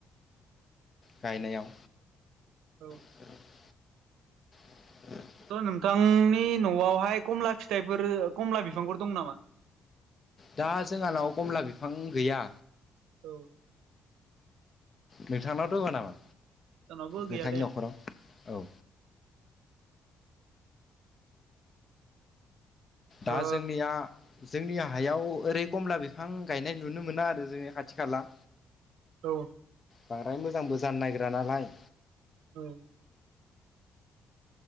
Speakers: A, on the left; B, on the right.
A: गायनायाव
B: औ
A: <inaudible> <inaudible>
B: थ' नोंथांनि न'आवहाय कमला फिथाइफोर खमला बिफांफोर दं नामा?
A: दा जोंहानाव कमला बिफां गैया।
B: औ
A: नोंथांनाव दंङ नामा
B: जोंनावबो
A: नोंथांनि
B: गैया दे
A: न'खराव औ दा
B: ओ
A: जोंनिया जोंनि हायाव ओरै कमला बिफां गायनाय नुनो मोना आरो जोङो खाथि खाला।
B: औ
A: बांद्राय मोजांबो जानो नागिरा नालाय
B: उम